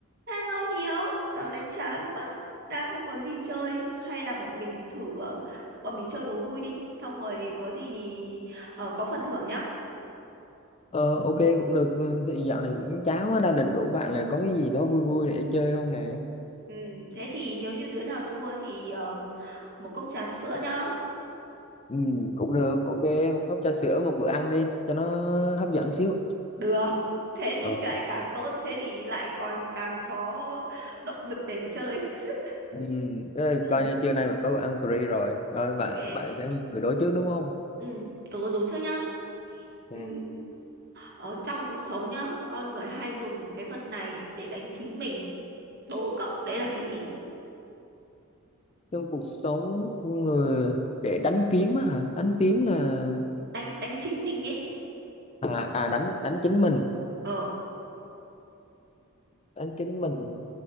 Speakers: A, on the right; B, on the left.
A: Hello Hiếu, dạo này chán quá, đang không có gì chơi, hay là bọn mình thử, ờ, bọn mình chơi đố vui đi, xong rồi có gì thì ờ, có phần thưởng nhá.
B: Ờ ok cũng được ừ, dạo này cũng chán quá đang định rủ bạn là có cái gì đó vui vui để chơi không nè
A: Ừ, thế thì nếu như đứa nào thua thì ờm, một cốc trà sữa nhá.
B: ừ cũng được ok một cốc trà sữa một bữa ăn đi cho nó hấp dẫn xíu
A: Được, <laughs> thế thì
B: Ờ,
A: lại
B: ok
A: càng tốt, thế thì lại còn càng có động lực để mà chơi. <laughs>
B: ừ, thế là
A: Ừ,
B: coi như trưa nay mình có bữa ăn free rồi rồi bạn
A: ok,
B: bạn sẽ là người đối trước đúng không
A: ừ, tớ đố trước nhá.
B: Dạ.
A: Ừ, ở trong cuộc sống nhá, con người hay dùng cái vật này để đánh chính mình. Đố cậu, đấy là cái gì?
B: trong cuộc sống người để đánh phím á hả đánh phím là
A: đánh đánh chính mình ấy
B: à, à đánh đánh chính mình
A: ờ
B: đánh chính mình